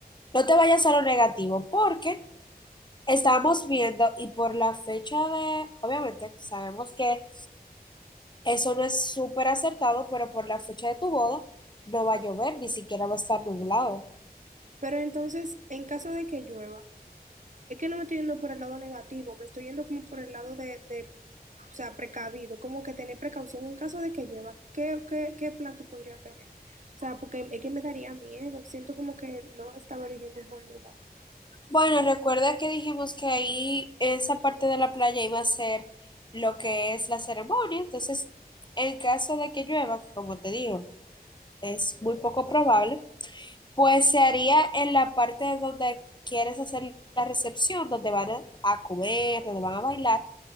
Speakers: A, on the left; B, on the right.
A: no te vayas a lo negativo, porque Estábamos viendo y por la fecha de, obviamente, sabemos que eso no es súper acertado, pero por la fecha de tu boda no va a llover, ni siquiera va a estar nublado.
B: Pero entonces, en caso de que llueva. Es que no me estoy yendo por el lado negativo, me estoy yendo como por el lado de, de, o sea, precavido, como que tener precaución en caso de que llueva. ¿Qué, qué, qué plan tú podrías tener? O sea, porque es que me daría miedo, siento como que no estaba eligiendo un buen lugar.
A: Bueno, recuerda que dijimos que ahí esa parte de la playa iba a ser lo que es la ceremonia, entonces en caso de que llueva, que como te digo, es muy poco probable, pues se haría en la parte donde quieres hacer la recepción, donde van a a comer, donde van a bailar